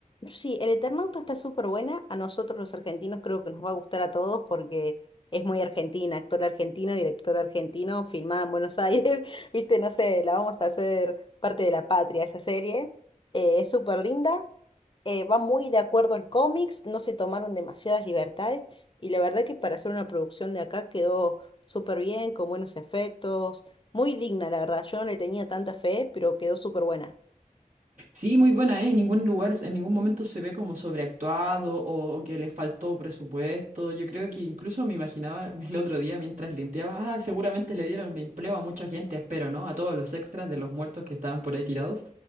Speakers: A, on the left; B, on the right.
A: Sí, el Eternauta está súper buena. A nosotros los argentinos creo que nos va a gustar a todos porque es muy argentina, actor argentino, director argentino, filmada en Buenos Aires. <laughs> Viste, no sé, la vamos a hacer parte de la patria esa serie. Eh, es súper linda, eh, va muy de acuerdo al cómics, no se tomaron demasiadas libertades y la verdad que para hacer una producción de acá quedó súper bien, con buenos efectos, muy digna, la verdad. Yo no le tenía tanta fe, pero quedó súper buena.
B: Sí, muy buena, ¿eh? En ningún lugar, en ningún momento se ve como sobreactuado o, o que le faltó presupuesto. Yo creo que incluso me imaginaba <laughs> el otro día mientras limpiaba, ah, seguramente le dieron empleo a mucha gente, espero, ¿no? A todos los extras de los muertos que estaban por ahí tirados.